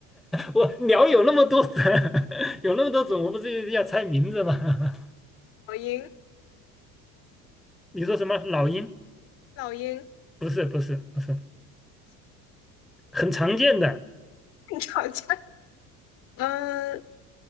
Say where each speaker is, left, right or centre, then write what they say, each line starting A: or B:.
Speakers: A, in the centre; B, on the left (about 60°).
A: 我鸟有那么多种，<laughs> 有那么多种，我不是要猜名字吗？
B: 老鹰，
A: <laughs> 你说什么老鹰？
B: 老鹰，
A: 不是不是不是，很常见的，
B: 你吵架。嗯，呃